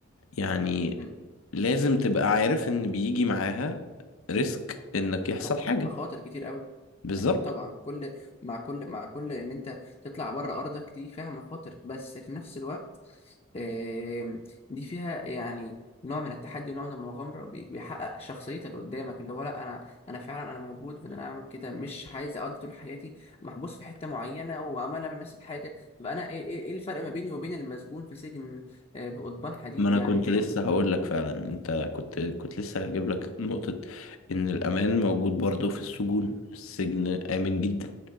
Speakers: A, on the left; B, on the left.
A: يعني
B: مم.
A: لازم تبقى عارف ان بيجي معاها ريسك انك يحصل
B: طب-
A: حاجة
B: مخاطر كتير قوي
A: بالظبط
B: اكيد طبعا كل مع كل مع كل ان انت تطلع بره ارضك دي فيها مخاطر بس في نفس الوقت آم، دي فيها يعني نوع من التحدي ونوع من المغامره بي- بيحقق شخصيتك اللي قدامك اللي هو لا انا انا فعلا انا موجود فانا اعمل كده مش عايز اقضي طول حياتي محبوس في حته معينه وعماله من نفس الحاجه طب انا ايه إيه- إيه الفرق ما بيني وبين المسجون في سجن آه، بقضبان حديد
A: ما انا
B: يعني
A: كنت
B: فاهم
A: لسه هقول لك فعلا انت كنت كنت لسه هجيب لك نقطة ان الامان موجود برضه في السجون السجن امن جدا